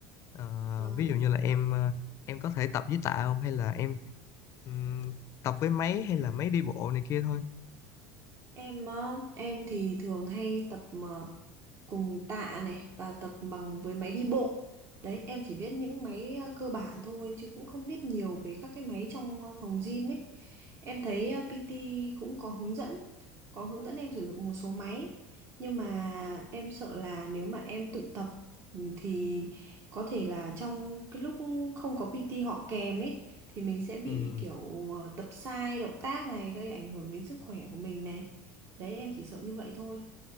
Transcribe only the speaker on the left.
Ờ,
ví dụ như là em ờ, em có thể tập với tạ không hay là em ừm, tập với máy hay là máy đi bộ này kia thôi
Ừm,